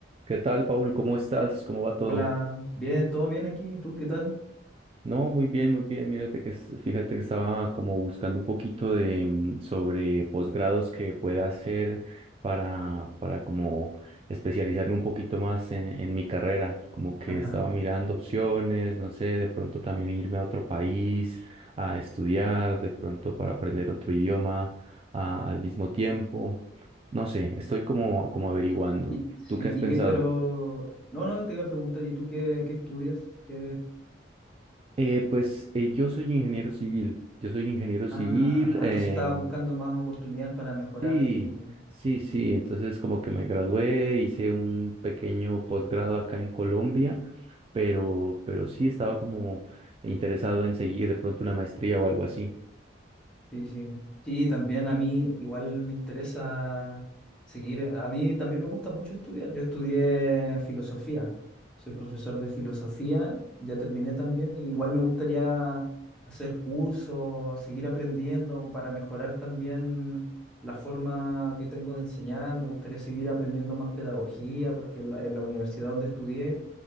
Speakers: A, on the right; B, in the centre.
A: ¿Qué tal, Paul? ¿Cómo estás? ¿Cómo va todo?
B: Hola, bien, todo bien aquí, ¿Y ¿tú qué tal?
A: No, muy bien, muy bien. Mírate que es- fíjate que estaba como buscando un poquito de mm, sobre posgrados que pueda hacer para para como especializarme un poquito más en, en mi carrera. Como que
B: Ajá.
A: estaba mirando opciones, no sé, de pronto también irme a otro país a estudiar, de pronto para aprender otro idioma a- al mismo tiempo. No sé, estoy como como averiguando.
B: Y, sí,
A: ¿Tú qué has
B: ¿y
A: pensado?
B: qué? Pero, no, no, te iba a preguntar, ¿y tú qué, qué estudias? ¿Qué...
A: Eh, pues eh, yo soy ingeniero civil, yo soy ingeniero civil,
B: Ah, ah,
A: em,
B: entonces estabas buscando más oportunidades para mejorar
A: sí,
B: tu,
A: sí, sí, entonces como que me gradué, hice un pequeño posgrado acá en Colombia, pero, pero sí estaba como interesado en seguir de pronto una maestría o algo así.
B: Sí, sí. Sí, también a mí igual me interesa seguir. A mí también me gusta mucho estudiar. Yo estudié filosofía. Soy profesor de filosofía, ya terminé también. y igual me gustaría hacer cursos, seguir aprendiendo para mejorar también la forma que tengo de enseñar. Me gustaría seguir aprendiendo más pedagogía, porque en la, en la universidad donde estudié